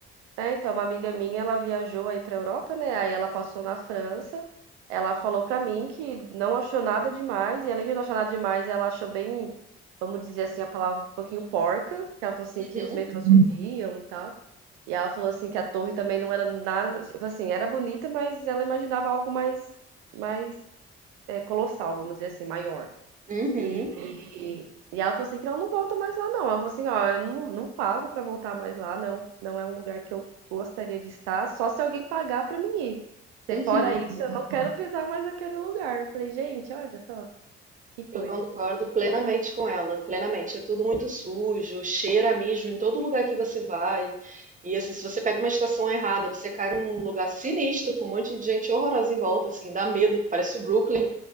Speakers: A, on the right (about 70°); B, on the right (about 20°).
A: É, então, uma amiga minha, ela viajou aí pra Europa, né? Aí ela passou na França. Ela falou pra mim que não achou nada demais, e além de não achar nada demais, ela achou bem, vamos dizer assim, a palavra um pouquinho porca, que ela falou assim
B: Uhum.
A: que os metrôs fediam e tal. E ela falou assim que a torre também não era nada, tipo assim, era bonita, mas ela imaginava algo mais mais é, colossal, vamos dizer assim, maior.
B: Uhum,
A: E, e, e ela falou assim que ela não volta mais lá, não. Ela falou assim, ó, eu não, não pago pra voltar mais lá, não, não é um lugar que eu gostaria de estar, só se alguém pagar pra mim ir. Se
B: uhum.
A: fora isso, eu não quero pisar mais naquele lugar. Eu falei, gente, olha só, que coisa,
B: Eu concordo
A: né?
B: plenamente com ela, plenamente. É tudo muito sujo, cheira a mijo em todo lugar que você vai. E assim, se você pega uma estação errada, você cai num lugar sinistro com um monte de gente horrorosa em volta, assim, dá medo, parece o Brooklyn.